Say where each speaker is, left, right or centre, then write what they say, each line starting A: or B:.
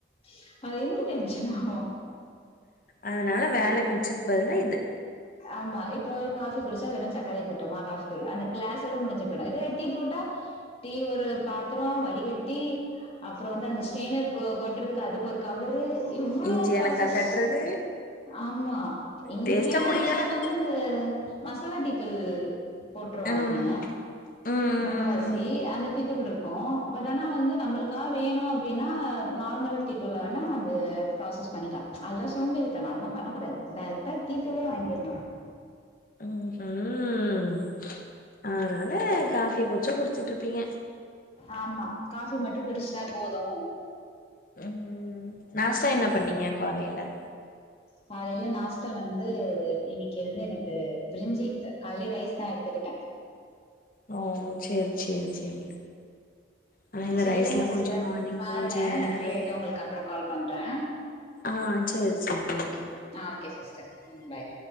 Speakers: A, on the left; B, on the left.
A: <inaudible> அது இன்னு டென்ஷன் ஆகு
B: அதனால வேல மிச்சது அதுக்கு பதிலா இது
A: ஆமா இப்போ காஃபி குடிச்சா வெறு சக்கரய போட்டோம்மா காபி தூள் அந்த கிளாஸோட முடிஞ்சு போயிடும் இதுவே டீ போட்டா டீ ஒரு பாத்ரோ வடிகட்டி அப்றோ வந்து அந்த ஸ்டெய்னர் கொ க்கு அதுக்கு ஒரு கவரு எவ்வளோ
B: இஞ்சி
A: ப்ராசஸ்
B: ஏலக்கா தட்டுறது
A: ஆமா இங்க
B: டேஸ்ட்டா
A: பிள்ளைன்னா
B: குடிக்கணு
A: மோஸ்ட் சோ வந்து அந்த மசாலா டீத்தூள் போட்டுருவாங்க
B: ம் ம்
A: முக்கவாசி அந்த டீ தூள் இருக்கு இரு பட் ஆனா வந்து நம்மளுக்கா வேணு அப்டினா நார்மல் டீ தூள் வேணா வந்து ப்ராசஸ் பண்ணிக்லா அதெல்லா சோம்பேறித்தனோ அதெல்லா பண்ணக்கூடாது டைரக்டா டீத்தூலே வாங்கிர்லா <inaudible>
B: உம் உஹம் அதனால காஃபிய குடுச்சு குடிச்சுட்டு இருப்பீங்க
A: ஆமா காபி மட்டு குடுச்ட்டா போது
B: உம் நாஸ்டா என்னா பண்ணீங்க காலேல
A: காலைல நாஸ்டா வந்து இன்னைக்கு வந்து எனக்கு பிரிஞ்சி காலேய ரைஸ் தா எடுத்துக்கிட்டே
B: ஓ சேரி சேரி சேரி ஆனா இந்த
A: சேரிங்க
B: ரைஸ்ல
A: சிஸ்டர்
B: கொஞ்சோ மார்னிங்
A: பாருங்க
B: கொஞ்சோ எறங்காது
A: நா ஃப்ரீ ஆயிட்டு உங்களுக்கு அப்புறோ கால் பண்ற
B: ஆ சேரி சேரி ஓகே
A: ஆ ஓகே சிஸ்டர் பாய்